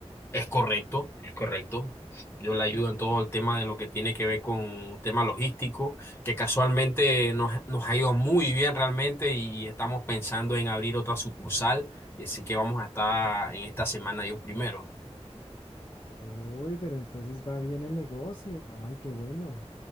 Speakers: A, on the left (about 20°); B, on the left (about 45°).
A: Es correcto, es correcto. Yo le ayudo en todo el tema de lo que tiene que ver con tema logístico, que casualmente nos, nos ha ido muy bien realmente y estamos pensando en abrir otra sucursal, y así que vamos a estar en esta semana Dios primero.
B: Uy, pero entonces va bien el negocio. Ay, qué bueno.